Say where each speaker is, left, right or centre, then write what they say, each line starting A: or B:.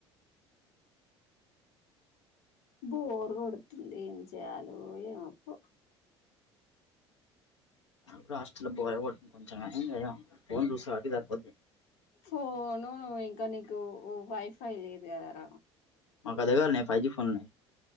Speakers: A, on the left; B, on the left.
A: బోరు కొడుతుంది. ఏం చేయాలో ఏమో పో
B: ఎప్పుడు హాస్టల్లో బోరే కొడుతుంది. కొంచెం గానీ ఫోన్ చూస్త ఆది సరిపోద్ది.
A: ఫోను ఇంకా నీకు వైఫై లేదు గాదార
B: మాకు అదే గాదాన్నే ఫైవ్ జీ ఫోనులున్నాయి.